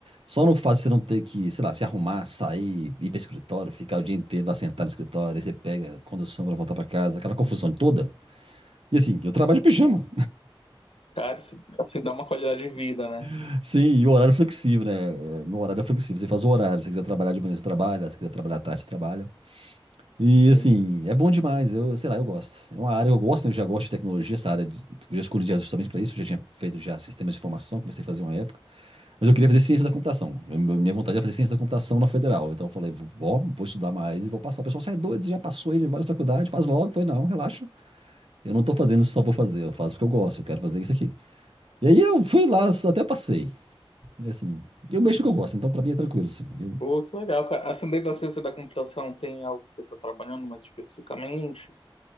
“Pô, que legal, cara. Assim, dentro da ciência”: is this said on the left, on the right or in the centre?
Left